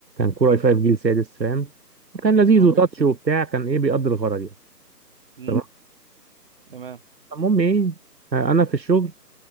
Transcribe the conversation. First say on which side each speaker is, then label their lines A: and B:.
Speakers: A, on the right; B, on the right.
A: كور اي 5 جيل سادس فاهم وكان لذيذ
B: هو
A: وتاتش
B: كان
A: وبتاع كان ايه بيقضي الغرض يعني
B: امم
A: تمام
B: تمام
A: المهم ايه آه، انا في الشغل